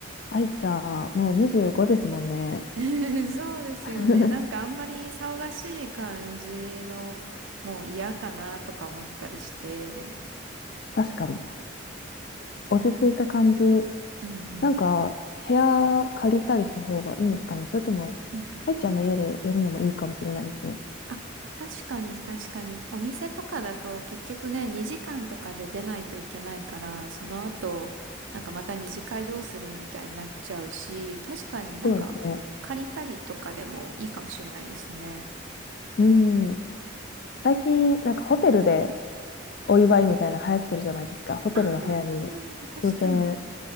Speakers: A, on the left; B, on the right.
A: 愛ちゃん、もう25ですもんね。
B: <laughs> そうですよね。
A: <laughs>
B: なんかあんまり騒がしい感じの、もう嫌かなとか思ったりして。
A: 確かに。落ち着いた感じ。
B: うんうん。
A: なんか、部屋借りたりした方がいいんですかね。それとも、
B: うんうん
A: 愛ちゃんの家でやるのもいいかもしれないですね。
B: あ、確かに確かに。お店とかだと結局ね、2時間とかで出ないといけないから、その後、なんかまた二次会どうするみたいになっちゃうし、確かになんか借りたりとかでもいいかもしれないですね。
A: そうですね。うん。最近、なんかホテルでお祝いみたいな流行ってるじゃないですか。ホテルの部屋に
B: ああ、確かに。
A: 風船